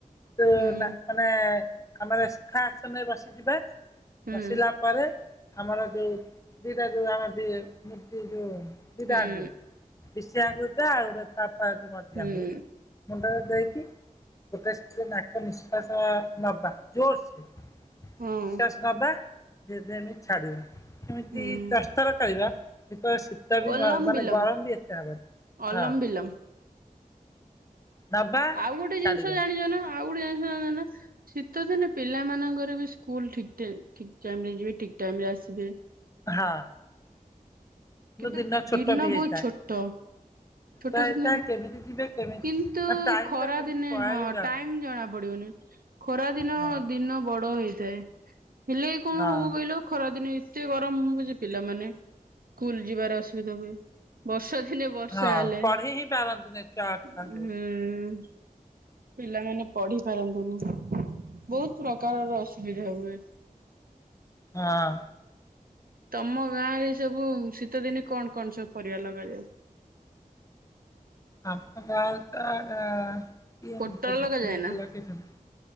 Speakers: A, on the left (about 20°); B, on the right (about 85°).
A: ତ
B: ହୁଁ
A: ନା ମାନେ କାମରେ ସୁଖା ଆସନରେ ବସିଯିବା
B: ହୁଁ
A: ବସିଲା ପରେ ଆମର ଯୋଉ ଦିଟା ଯୋଉ ଆମର ବି ମୂର୍ତ୍ତି ଯୋଉ ଦିଟା
B: ହୁଁ
A: ଆଗୁଳୀ ବିଶି ଆଙ୍ଗୁଳି ଟା ଆଉ ତାପ <unintelligible> ମଝି
B: ହୁଁ
A: ଆଙ୍ଗୁଳୀ ମୁଣ୍ଡରେ ଦେଇକି ଗୋଟେ <unintelligible> ନିଶ୍ଵାସ ନବା ଜୋର ସେ। ନିଶ୍ୱାସ
B: ହଁ
A: ନବା ଯେମତି ଛାଡିବା ଏମିତି
B: ହୁଁ
A: ଦଶ ଥର କରିବା। ଶୀତ ବି
B: ଓଲମ
A: ମାନ
B: ବିଲମ
A: ଗରମ ବି ଏତେ ହବନି
B: ଅଲମ
A: ହଁ।
B: ବିଲମ
A: ନବା
B: ଆଉ ଗୋଟେ
A: ଛାଡିବା
B: ଜିନିଷ ଜାଣିଛ ନା। ଆଉ ଗୋଟେ ଜାଣି <unintelligible> ନା ଶୀତ ଦିନେ ପିଲାମାନଙ୍କରେ ବି ସ୍କୁଲ ଠିକ ଟ ଠିକ୍ ଟାଇମ୍ ରେ ଯିବେ ଠିକ୍ ଟାଇମ ରେ ଆସିବେ।
A: ହଁ।
B: କିନ୍ତୁ
A: ଦିନ ଛୋଟ
B: ଦୀର୍ଣ
A: ବି
B: ବହୁତ
A: ହେଇଥାଏ।
B: ଛୋଟ। ଛୋଟ
A: ହେଇଥାଏ
B: ସିନ
A: କେମିତି ଯିବେ କେମିତି
B: କିନ୍ତୁ
A: ମାନେ ଟାଇମ
B: ଖରା
A: ଟା କେମିତି
B: ଦିନେ
A: ପଳାଏ
B: ହଁ
A: ବି ଜଣାପଡୁନି।
B: ଟାଇମ ଜଣା ପଡିବନି ଖରା ଦିନ
A: ହଁ
B: ଦିନ ବଡ ହେଇଥାଏ ହେଲେ କଣ
A: ହଁ
B: ହବ କହିଲ? ଖରା ଦିନେ ଏତେ ଗରମ ହଉଛି ପିଲାମାନେ ସ୍କୁଲ ଯିବାର ଅସୁବିଧା ହୁଏ। ବର୍ଷା ଦିନେ ବର୍ଷା
A: ହଁ
B: ହେଲେ
A: ପଢି ହିଁ ପାରନ୍ତିନି ଛୁଆ ଆଠ
B: ହୁଁ।
A: ବର୍ଷରେ।
B: ପିଲାମାନେ ପଢି ପାରନ୍ତିନି ବହୁତ ପ୍ରକାରର ଅସୁବିଧା ହୁଏ।
A: ହଁ।
B: ତମ ଗାଁରେ ସବୁ ଶୀତ ଦିନେ କଣ କଣ ସବୁ ପରିବା ଲଗାଯାଏ?
A: ଆମ ଗାଁ ରେ ତ କିଏ
B: ପୋଟଳ
A: ମୁତେ ଦେଖିନି
B: ଲଗାଯାଏ ନା
A: କିଏ ଲଗେଇଚନ୍ତି।